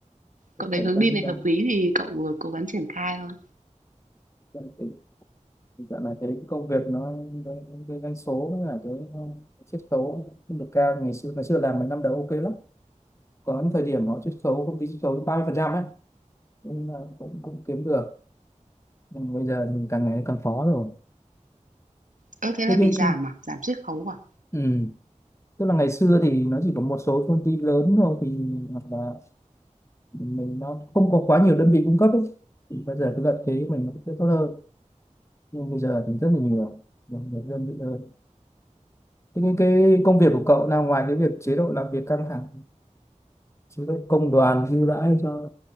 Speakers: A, on the left; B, on the right.
A: có
B: cậu thấy
A: thể
B: hướng
A: đang
B: đi này
A: đang
B: hợp lý thì cậu, vừa cố gắng triển khai thôi.
A: đang tình tình trạng này thấy cái công việc nó cái, cái cái doanh số với cả cái cái chiết khấu không được cao ngày xưa ngày xưa làm mấy năm đầu ok lắm có những thời điểm họ chiết khấu công ty chiết khấu ba mươi phần trăm ấy cũng là cũng cũng kiếm được nhưng bây giờ thì càng ngày càng khó rồi
B: Ơ, thế
A: thế
B: là bị
A: cái
B: giảm à? Giảm chiết khấu à?
A: ừ. tức là ngày xưa thì nó chỉ có một số công ty lớn thôi thì hoặc là mình nó không có quá nhiều đơn vị cung cấp ấy. Thì bây giờ cái lợi thế của mình nó sẽ tốt hơn nhưng bây giờ thì rất là nhiều nhiều nhiều đơn vị hơn thế cái, cái công việc của cậu là ngoài cái việc chế độ làm việc căng thẳng chế độ công đoàn ưu đãi cho